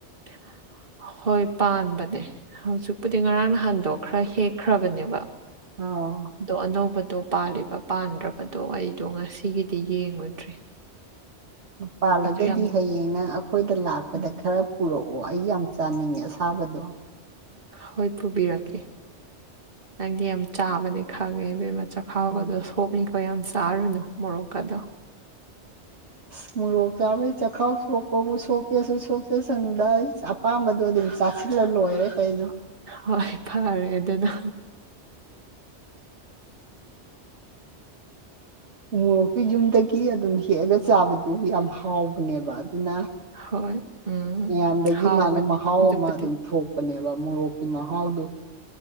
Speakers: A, on the right (about 50°); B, on the right (about 70°).
A: <inaudible> ꯍꯣꯏ ꯄꯥꯟꯕꯅꯦ ꯍꯧꯖꯤꯛꯄꯨꯗꯤ ꯉꯔꯥꯡ ꯅꯍꯟꯗꯣ ꯈ꯭ꯔ ꯍꯦꯛꯈ꯭ꯔꯕꯅꯦꯕ
B: ꯑꯣ
A: ꯑꯗꯣ ꯑꯅꯧꯕꯗꯣ ꯄꯥꯜꯂꯤꯕ ꯄꯥꯟꯗ꯭ꯔꯕꯗꯣ ꯑꯩꯗꯣ ꯉꯁꯤꯒꯤꯗꯤ ꯌꯦꯡꯉꯨꯗ꯭ꯔꯤ
B: ꯄꯥꯜꯂꯒꯗꯤ
A: ꯑꯗꯨ ꯌꯥꯝ
B: ꯍꯌꯦꯡ ꯍꯌꯦꯡ ꯅꯪ ꯑꯩꯈꯣꯏꯗ ꯂꯥꯛꯄꯗ
A: ꯎꯝ
B: ꯈꯔ ꯄꯨꯔꯛꯑꯣ ꯑꯩ ꯌꯥꯝ ꯆꯥꯅꯤꯡꯉꯦ ꯑꯁꯥꯕꯗꯣ
A: ꯍꯣꯏ ꯄꯨꯕꯤꯔꯛꯀꯦ ꯅꯪꯗꯤ ꯌꯥꯝ ꯆꯥꯕꯅꯦ ꯈꯪꯉꯦ ꯏꯕꯦꯝꯃ ꯆꯥꯛꯈꯥꯎꯒꯗꯣ
B: ꯎꯝ
A: ꯁꯣꯛꯅꯤꯀꯣ ꯌꯥꯝ ꯆꯥꯔꯨꯅꯨ ꯃꯣꯔꯣꯛꯀꯗꯣ
B: ꯑꯁ ꯃꯣꯔꯣꯛ ꯆꯥꯕꯩ ꯆꯈꯥꯎ ꯁꯣꯛꯄꯕꯨ ꯁꯣꯛꯀꯦꯁꯨ ꯁꯣꯛꯆꯁꯅꯨꯗꯥ ꯑꯄꯥꯝꯕꯗꯣ ꯑꯗꯨꯝ ꯆꯥꯁꯤꯜꯂ ꯂꯣꯏꯔꯦ ꯀꯩꯅꯣ
A: ꯍꯣꯏ ꯐꯔꯦ ꯑꯗꯨꯅ
B: ꯎ ꯃꯣꯔꯣꯛꯇꯨ ꯌꯨꯝꯗꯒꯤ ꯑꯗꯨꯝ ꯍꯦꯛꯑꯒ ꯆꯥꯕꯗꯨ ꯌꯥꯝ ꯍꯥꯎꯕꯅꯦꯕ ꯑꯗꯨꯅ
A: ꯍꯣꯏ ꯎꯝ
B: ꯃꯌꯥꯝꯗꯒꯤ
A: ꯍꯥꯎꯕꯅꯦ
B: ꯃꯥꯅ ꯃꯍꯥꯎ
A: ꯑꯗꯨꯕꯨꯗꯤ
B: ꯑꯃ ꯑꯗꯨꯝ ꯊꯣꯛ ꯅꯦꯕ ꯃꯣꯔꯣꯛꯀꯤ ꯃꯍꯥꯎꯗꯣ